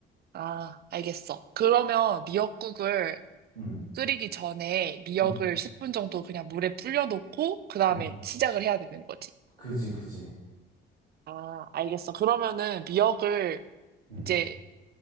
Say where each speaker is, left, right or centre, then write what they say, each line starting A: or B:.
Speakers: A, on the right (about 35°); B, on the right (about 80°).
A: 아, 알겠어. 그러면 미역국을
B: 응,
A: 끓이기 전에 미역을
B: 응,
A: 10분 정도 그냥 물에 불려놓고 그 다음에
B: 응.
A: 시작을 해야 되는 거지.
B: 그지, 그지.
A: 아, 알겠어. 그러면은 미역을
B: 음.
A: 이제